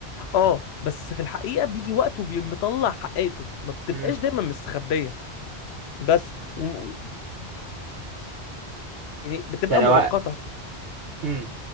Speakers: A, on the left; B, on the right.
A: اه بس في الحقيقة بيجي وقت وبيقوم مطلع حقيقته ما بتبقاش
B: امم
A: دايما مستخبية بس و... يعني بتبقى
B: يعني
A: مؤقتة
B: هو امم